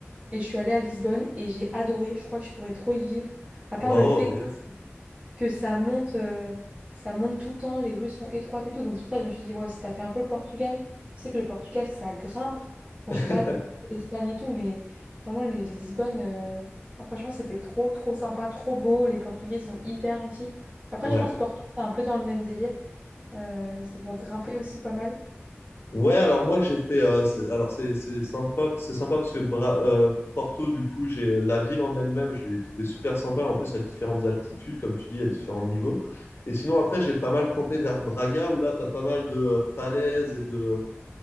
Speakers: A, on the right; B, on the left.
A: et je suis allée à Lisbonne et j'ai adoré je crois que je pourrais trop y vivre à part
B: Oh,
A: le fait
B: yes.
A: que ça monte, euh, ça monte tout le temps, les rues sont étroites et tout. Donc c'est pour ça que je me suis dit, ouais, si t'as fait un peu le Portugal, je sais que le Portugal, ça grimpe.
B: <laughs>
A: Bon, je sais pas comment c'est l'Espagne et tout, mais vraiment, les Lisbonne, euh, non, franchement, c'était trop, trop sympa, trop beau. Les Portugais sont hyper gentils. Après,
B: Ouais.
A: je pense Porto, c'est un peu dans le même délire. Euh, ça doit grimper aussi pas mal.
B: Ouais, alors moi j'ai fait. euh, c'est- alors c'est c'est sympa, c'est sympa parce que Bra- euh, Porto, du coup, j'ai la ville en elle-même, je l'ai trouvé super sympa. En plus, à différentes altitudes, comme tu dis, à différents niveaux. Et sinon, après, j'ai pas mal campé vers Braga où là, t'as pas mal de euh, falaises et de.